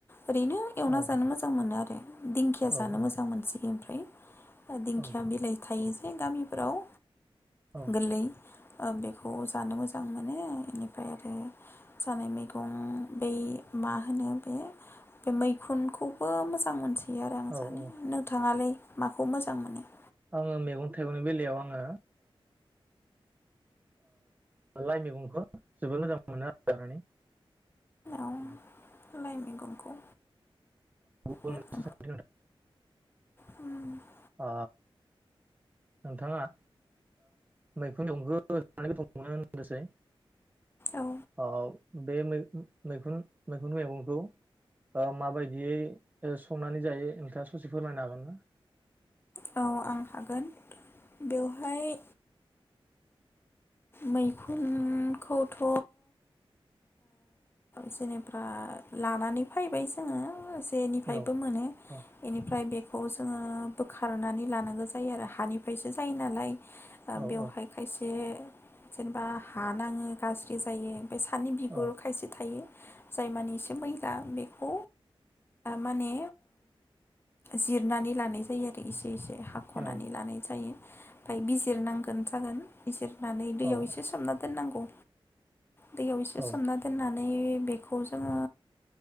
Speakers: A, on the left; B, on the right.
A: ओरैनो एवना
B: औ
A: जानो मोजां मोनो आरो दिंखिया
B: औ
A: जानो
B: औ
A: मोजां मोनसै ओमफ्राय दिंखिया
B: औ
A: बिलाइ थायो गामिफोराव
B: औ
A: गोरलै बेखौ जानो मोजां मोनो बेनिफ्राय आरो जानाय मैगं बै मा होनो बे बे मैखुनखौबो मोजां मोनसोयो <unintelligible> मोनो
B: औ औ
A: नोंथाङालाय माखौ मोजां मोनो?
B: आङो मैगं थाइगंनि बेलायाव आङो लाइ मैगंखौ जोबोद मोजां मोनो आरो माने
A: औ
B: ओं
A: लाइ मैगंखौ
B: गुबुन
A: मफ
B: मोनसे सोंथि
A: <unintelligible> <inaudible>
B: अ नोंथाङा मैखुन <unintelligible> जानानै गोथाव मोनो होनदोंसै
A: औ
B: औ बे मैखुन मैखुन मैगंखौ माबायदियै संनानै जायो नोंथाङा ससे फोरमायनो हागोन ना?
A: औ आं हागोन बेवहाय मैखुनखौथ' जेनेबा लानानै फैबाय जोङो एनिफ्रायबो
B: औ
A: मोनो
B: औ
A: बेनिफ्राय बेखौ खौ जोङो बोखारनानै लानांगौ जायो आरो हानिफ्रायसो जायो नालाय
B: औ
A: बेवहाय खायसे जेनेबा हानाङो गाज्रि जायो ओमफ्राय सानि बिगुराव
B: औ
A: खायसे थायो जाय माने एसे मैला बेखौ माने जिरनानै लानाय जायो आरो एसे एसे हाख'नानै
B: औ
A: लानाय जायो ओमफ्राय बिजिरनांगोन जागोन बिजिरनानै दैैयाव
B: औ
A: एसे सोमना दोननांगौ दैयाव एसे
B: औ
A: सोमना दोननानै नेै बेखौ जोङो